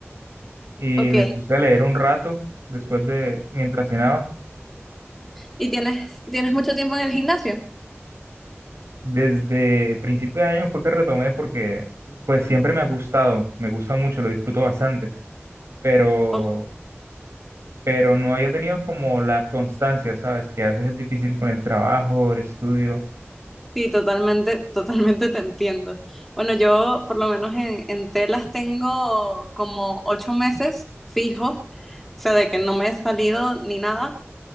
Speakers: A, on the right; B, in the centre.
A: y
B: Ok.
A: me puse a leer un rato después de, mientras cenaba.
B: ¿Y tienes, tienes mucho tiempo en el gimnasio?
A: Desde principio de año fue que retomé porque pues siempre me ha gustado, me gusta mucho, lo disfruto bastante, pero,
B: Ok,
A: pero no había tenido como la constancia, ¿sabes? Que a veces es difícil con el trabajo, el estudio.
B: Sí, totalmente, totalmente te entiendo. Bueno, yo por lo menos en, en telas tengo como ocho meses fijo, o sea, de que no me he salido ni nada.